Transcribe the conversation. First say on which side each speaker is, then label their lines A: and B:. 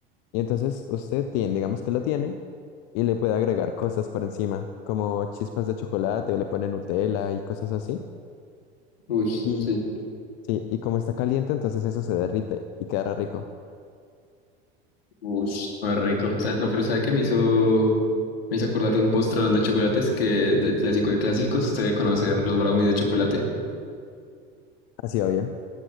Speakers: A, on the left (about 60°); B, on the left (about 80°).
A: Y entonces usted tiene, digamos que lo tiene. y le puede agregar cosas por encima, como chispas de chocolate o le pone Nutella y cosas así.
B: uy,
A: Y
B: sí,
A: sí, y como está caliente, entonces eso se derrite y quedará rico.
B: uy, más rico, o sea, no, pero ¿sabe qué me hizo, me hizo acordar de un postre hablando de chocolates que, de clásico de clásicos, usted debe conocer los brownies de chocolate,
A: Así obvio.